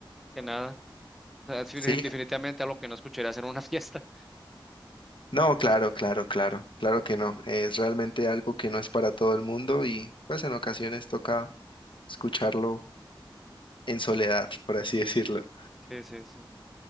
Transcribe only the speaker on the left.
Sí,
No, claro, claro, claro, claro que no. Es realmente algo que no es para todo el mundo y pues en ocasiones toca escucharlo en soledad, por así <laughs> decirlo.